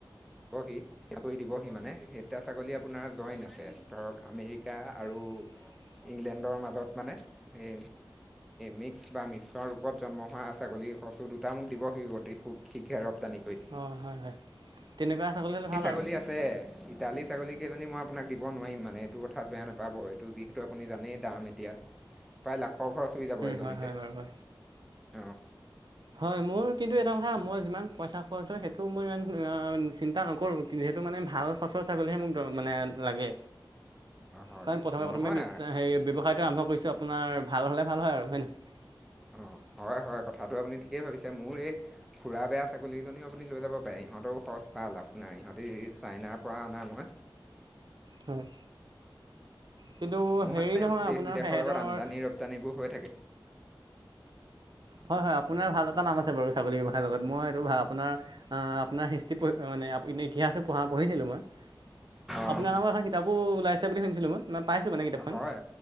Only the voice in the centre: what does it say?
দিবহি এক দিবহি মানে এতিয়া ছাগলী আপোনাৰ জইন আছে ধৰক আমেৰিকা আৰু
ইংলেণ্ডৰ মাজত মানে এ মিক্স বা মিশৰ ৰূপত জন্ম হোৱা ছাগলী। সচু দুটা মোক দিব। সি গটেইু শীঘ্ৰে ৰপ্তানিক কৰি।
ছাগলী
আছে ইটালী ছাগলীকেইজনী মই আপোনাক দিব নোৱাৰিম মানে। মানে এইটো কঠাত বেয়া নাপাব এইটো যিহেটো আপুনি জানেই দাম এতিয়া ইয়া পাই খৰ ঘৰ চবি যাব এজনীতে।
অঁ,
অঁ হয়
নহয়
অ। হয়, হয় কথাটো আপুনি ঠিকেই ভাবিছে। মোৰ এই খুৰা বেয়া ছাগলী কিজনীও আপুনি লৈ যাব পাৰে। ইহঁতেও সচ পা আপোনাৰ ইহঁতে চাইনাৰ পৰা অনা মই।
মোৰ
মানে
দেশ বিদেশৰ
লগত আমদানি ৰপ্তানিবোৰ হৈ থাকে
অঁ
হয়